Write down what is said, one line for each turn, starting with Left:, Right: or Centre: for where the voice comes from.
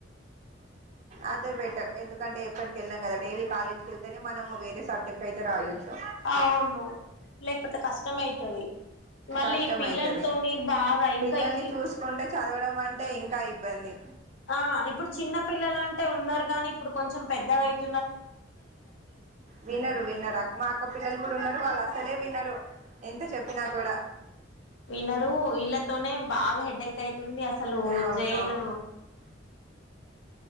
Right: అదే బెటర్ ఎందుకంటే ఎప్పటికి ఎల్లాం కదా డైలీ కాలేజ్కి వెళ్తేనే మనము వేరే సబ్జెక్ట్ అయితే రాయొచ్చు
Left: అవును లేకపోతే కష్టమయితది మళ్ళీ
Right: కష్టం
Left: పిల్లలతోని
Right: అయితది
Left: బాగా ఇంకా
Right: పిల్లల్ని
Left: ఇన్ని
Right: చూసుకుంటే చదవడం అంటే ఇంకా ఇబ్బంది
Left: ఆ ఇప్పుడు చిన్న పిల్లలు అంటే ఉన్నారు కానీ ఇప్పుడు కొంచెం పెద్దగాయితే
Right: వినరు వినరు అ మా అక్క పిల్లలు ఇప్పుడున్నారు వాళ్ళు అసలే వినరు ఎంత చెప్పినా కూడా
Left: వినరు ఇల్లాతోనేె బాగా హెడేక్ అయితుంది అసలు
Right: అవును
Left: జైన్